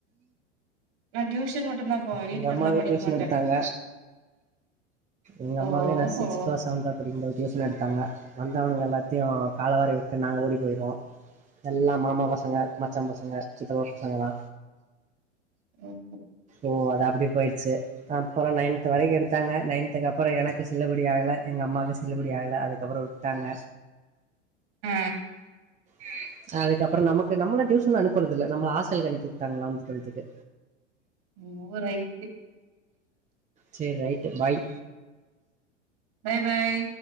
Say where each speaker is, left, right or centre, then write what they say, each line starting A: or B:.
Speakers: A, on the right; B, on the right.
A: நா டியூஷன் மட்டுந்தா போவே வீட்டுல
B: எங்கள்
A: இருந்தா
B: அம்மாவே
A: நா படிக்க
B: டியூஷன்
A: மாட்டே
B: எடுத்தாங்க எங்கள்
A: ஓ
B: அம்மாவே நான் சிக்ஸ்த்தோ
A: ஓ
B: செவன்த்தோ படிக்கும்போது டியூஷன் எடுத்தாங்க வந்தவனுங்க எல்லா த்தையு காலவாரிவிட்டு நாங்க ஓடி போயிருவோ எல்லா மாமா பசங்க மச்சா பசங்க சித்தப்பா பசங்கதா
A: ம்
B: ஓ அது அப்டி போயி ரச்சு அப்புற நைன்த்து வரைக்கு எடுத்தாங்க நைன்த்தக்கு அப்புறம் எனக்கு சில்லுபடி ஆகல எங்க அம்மாவுக்கு சில்லுபடி ஆகல அதுக்கப்புறம் விட்டாங்க
A: அ
B: ம் அதுக்கு அப்புறம் நமக்கு நம்ம டியூஷன் அனுப்புறதுல்ல நம்மள ஆஸ்டலுக்கு அனுப்பி விட்டாங்களா லெவேண்த் டுவெல்துக்கு
A: ஓ ரைட்டு
B: சரி right bye
A: bye bye